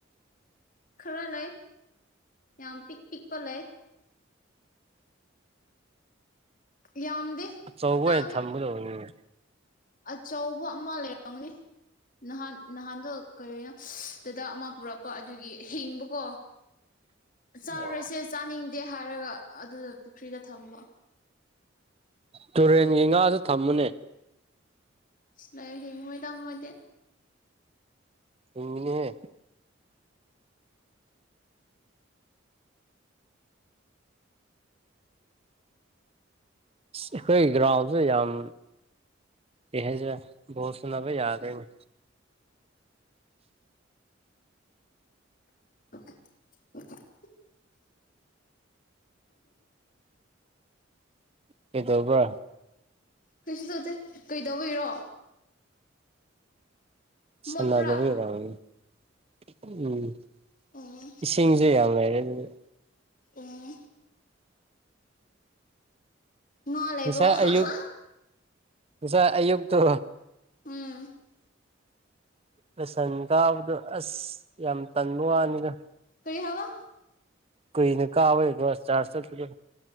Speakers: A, on the left; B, on the right.
A: ꯈꯔ ꯂꯩ ꯌꯥꯝ ꯄꯤꯛ ꯄꯤꯛꯄ ꯂꯩ ꯌꯥꯝꯗꯦ
B: ꯑꯆꯧꯕ
A: ꯈꯤꯇꯪꯅꯤ
B: ꯑꯣꯏꯅ ꯊꯝꯒꯗꯧꯅꯤꯅꯦ
A: ꯑꯆꯧꯕ ꯑꯃ ꯂꯩꯔꯝꯒꯅꯤ ꯅꯍꯥꯟ ꯅꯍꯥꯟꯗꯣ ꯀꯔꯤꯅꯣ ꯗꯗꯥ ꯑꯃ ꯄꯨꯔꯛꯄ ꯑꯗꯨꯒꯤ ꯍꯤꯡꯕꯀꯣ ꯆꯥꯔꯣꯏꯁꯦ
B: ꯑꯣ
A: ꯆꯥꯅꯤꯡꯗꯦ ꯍꯥꯏꯔꯒ ꯑꯗꯨꯗ ꯄꯨꯈ꯭ꯔꯤꯗ ꯊꯝꯕ
B: ꯇꯨꯔꯦꯟꯒꯤ ꯉꯥꯗꯨ ꯊꯝꯃꯨꯅꯦ
A: ꯏꯁ ꯂꯣꯏ ꯍꯤꯡꯉꯣꯏꯗ ꯃꯣꯏꯗꯤ
B: ꯍꯤꯡꯒꯤꯅꯤꯍꯦ ꯑꯩꯈꯣꯏꯒꯤ ꯒ꯭ꯔꯥꯎꯟꯁꯦ ꯌꯥꯝ ꯀꯩ ꯍꯥꯏꯁꯤꯔ ꯕꯣꯜ ꯁꯅꯥꯕ ꯌꯥꯗ꯭ꯔꯦꯅꯦ
A: <inaudible>
B: ꯀꯩꯗꯧꯕ꯭ꯔꯥ
A: ꯀꯩꯁꯨ ꯇꯧꯗꯦ ꯀꯩꯗꯧꯕꯩꯔꯣ
B: ꯁ
A: ꯃꯣꯠꯄ꯭ꯔꯥ
B: ꯑꯗꯨ ꯎꯝ <unintelligible>
A: ꯑꯣ
B: ꯏꯁꯤꯡꯁꯦ ꯌꯥꯝ ꯂꯩꯔꯦ ꯑꯗꯨꯗꯤ
A: ꯑꯣ ꯉꯥ ꯂꯩꯕ꯭ꯔꯣ
B: ꯉꯁꯥꯏ
A: ꯍꯥ
B: ꯑꯌꯨꯛ
A: ꯍꯥ
B: ꯉꯁꯥꯏ ꯑꯌꯨꯛꯇꯣ
A: ꯎꯝ
B: ꯂꯁꯟ ꯀꯥꯕꯗꯣ ꯑꯁ ꯌꯥꯝ ꯇꯟꯕ ꯋꯥꯅꯤꯗ
A: ꯀꯔꯤ ꯍꯥꯏꯕ
B: ꯀꯨꯏꯅ ꯀꯥꯕꯩꯀꯣ ꯆꯥꯔꯖ ꯆꯠꯄꯗꯣ